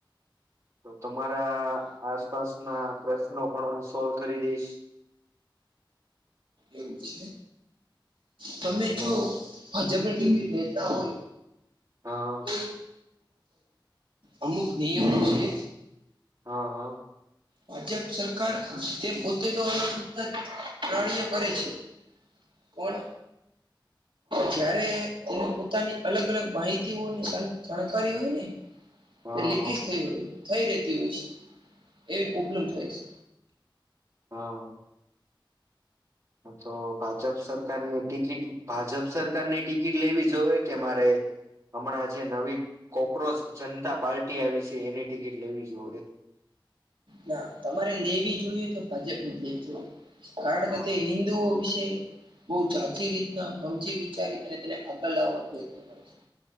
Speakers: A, on the right; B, on the right.
A: તો તમારા આસપાસ ના પ્રશ્નો પણ હું સોલ્વ કરી દઈશ
B: એવું છે તમે
A: અને
B: જો ભાજપને ટીમ લેતા હોય
A: હા
B: તો અમુક નિયમો છે.
A: હા હા
B: ભાજપ સરકાર તે પોતે તો અલગ રીતના પ્રાણીઓ કરે છે કોણ જયારે તેને પોતાની અલગ અલગ માહિતી ઓની જાણકારી હોય ને
A: હા
B: તે લીક થઈ હોય થઈ રતી હોય છે એવી પ્રબ્લેમ થાય છે
A: હા તો ભાજપ સરકારની ટિકિટ ભાજપ સરકારની ટિકિટ લેવી જોઈએ કે મારે હમણાં જે નવી કોક્રોચ જનતા પાર્ટી આવી છે એની ટિકિટ લેવી જો
B: ના તમારે લેવી જોઈએ તો ભાજપ ન જ લેવી જોયએ કારણ
A: હા
B: કે તે હિન્ િ વિશે બહુ જા રીતના સમજી વિચારી અને તેને આગળ લાવવાનો પ્રયત્ન કર્યો <inaudible>